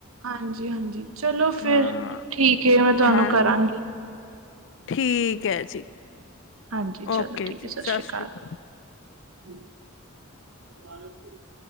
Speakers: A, on the right (about 85°); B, on the left (about 60°).
A: ਹਾਂਜੀ- ਹਾਂਜੀ ਚਲੋ ਫਿਰ
B: ਹਾਂ
A: ਠੀਕ ਹੈ। ਮੈਂ ਤੁਹਾਨੂੰ
B: ਹਾਂ
A: ਕਰਾਂਗੀ।
B: ਠੀਕ ਹੈ ਜੀ।
A: ਹਾਂਜੀ ਚਲੋ
B: ਓਕੇ,
A: ਠੀਕ
B: ਜੀ
A: ਹੈ
B: ਸਤਿ
A: ਸ਼੍ਰੀ
B: ਸ੍ਰੀ ਅਕਾਲ।
A: <unintelligible>